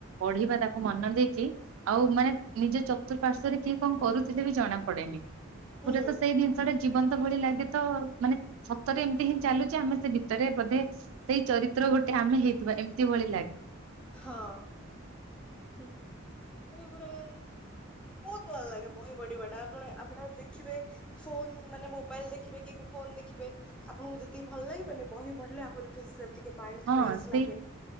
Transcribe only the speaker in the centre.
ହୁଁ
ହଁ ଏ ପୁରା ବହୁତ ଭଲ ଲାଗେ ବହି ପଢିବାଟା ଆପଣ ଆପଣ ଦେଖିବେ ଫୋନ ମାନେ ମୋବାଇଲ ଦେଖିବେ କି ଫୋନ ଦେଖିବେ ଆପଣଙ୍କୁ ଯେତିକି ଭଲ ଲାଗିବନି ବହି ପଢିଲେ ଆହୁରି ସେତିକି ମାଇଣ୍ଡ
ପ୍ରେସ
ଲାଗେ